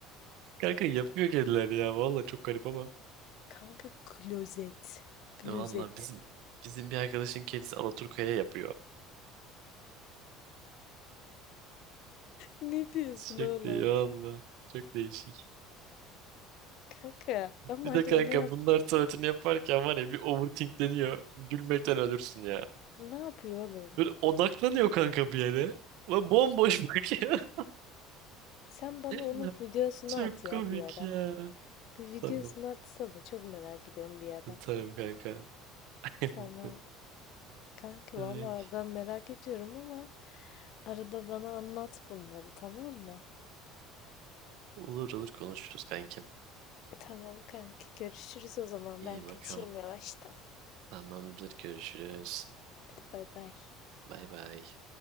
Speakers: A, on the right; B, on the left.
A: Kanka yapıyor kediler ya. Valla çok garip ama.
B: Kanka klozet. Klozet.
A: Valla bizim
B: <laughs>
A: bizim bir arkadaşın kedisi Alaturka'ya yapıyor.
B: Ne diyorsun
A: Çok
B: oğlum?
A: değil valla. Çok değişik.
B: Kanka ama
A: Bir
B: hadi
A: de kanka
B: ona yap...
A: bunlar tuvaletini yaparken var ya bir overthinkleniyor. Gülmekten ölürsün ya.
B: Ne yapıyor oğlum?
A: Böyle odaklanıyor kanka bir yere. Ve bomboş bakıyor.
B: Sen bana
A: <laughs>
B: onun videosunu
A: Çok
B: at
A: komik
B: ya bir ara.
A: ya.
B: Bir videosunu
A: Tamam.
B: atsana. Çok merak ediyorum bir ara.
A: Tutarım kanka. <laughs>
B: Tamam. Kanki
A: Ay.
B: valla ben merak ediyorum ama arada bana anlat bunları tamam mı?
A: Olur olur konuşuruz kankim.
B: Tamam kanki görüşürüz o zaman.
A: İyi
B: Ben kaçayım
A: bakalım.
B: yavaştan.
A: Tamamdır görüşürüz.
B: Hadi bay bay.
A: Bay bay.